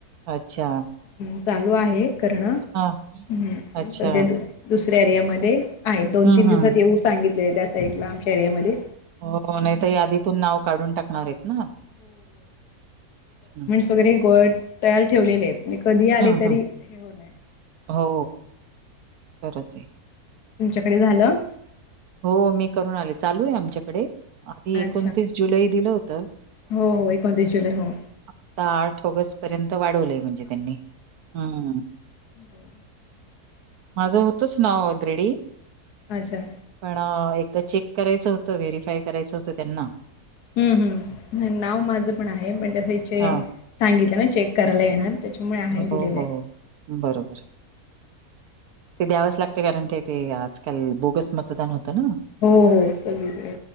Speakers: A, on the right; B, on the left.
A: अच्छा
B: हं चालूं आहे करणं
A: हा
B: हम्मं
A: अच्छा
B: संध्या दुसऱ्यां एरिया मध्यें आहे दोन
A: हम्म
B: तीनं दिवसांत
A: हम्म
B: येऊं सांगितले त्या साईडला आमच्या एरियामध्यें
A: हो नाहीं तरं यादीतूंन नांव काढूंन टाकणारं आहेतं नां
B: सगळें वडं तयार ठेवलेले आहेतं म्हं कधीं आले
A: हम्म
B: तरी
A: हम्म
B: हे हो नये
A: हो गरचं आहे
B: तुमच्यांकडे झालं
A: हो मी करूंन आले चालूं आहे आमच्यांकडे आधी एकोणतीस
B: अच्छा
A: जुलै दिलं होतं
B: हो हो एकोणतीस जुलै हो
A: आंता आठ ऑगस्ट पर्यंत वाढवलंय म्हणजे त्यांनी हम्मं
B: बरं
A: माझं होतंच नांव ऑलरेडी
B: अच्छा
A: पणं एकदाचं चेक करायचं होतं व्हेरीफाय करायचं होतं त्यांनां
B: हम्मं हम्मं नांव माझं पणं आहे पणं त्यांसचे
A: हा
B: सांगितलं नां चेक करांयला येणारं त्यांच्यामुळे आहे दिलेलं
A: हो हो
B: आहे
A: बरोबर ते द्यावचं लागते कारणं ते ते आंजकांल बोगस मतदांन होतं नां
B: हो हो सगळीं ते